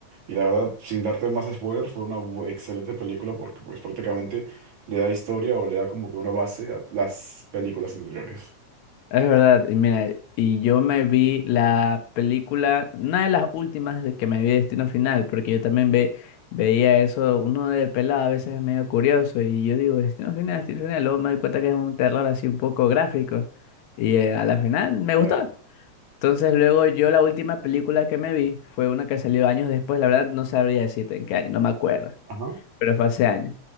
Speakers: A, on the right; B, on the left.
A: la verdad, sin darte más spoilers, fue una bu- excelente película porque pues prácticamente le da historia o le da como que una base a las películas anteriores.
B: Es verdad, y mira, y yo me vi la película, una de las últimas de que me vi Destino Final, porque yo también ve, veía eso, uno de pelado a veces es medio curioso, y yo digo, Destino Final, Destino Final, luego me doy cuenta que es un terror así un poco gráfico, y eh, a la final me
A: Claro.
B: gustó. Entonces luego yo la última película que me vi fue una que salió años después, la verdad no sabría decirte en qué año, no me acuerdo
A: Ajá.
B: pero fue hace años.